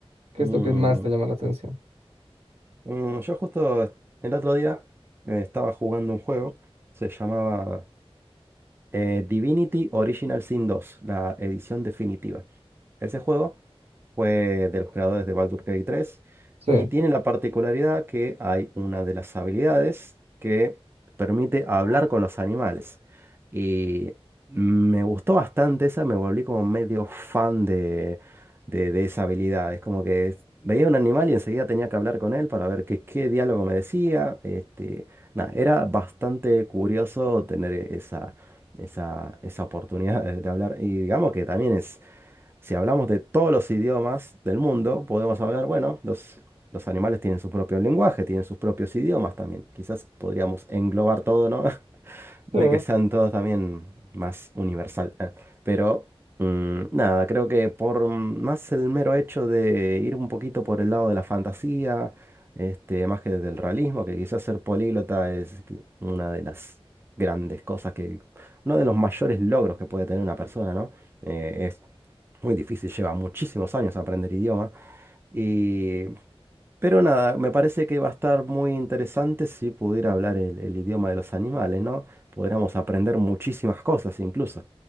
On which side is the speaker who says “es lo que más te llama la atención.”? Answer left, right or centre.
Right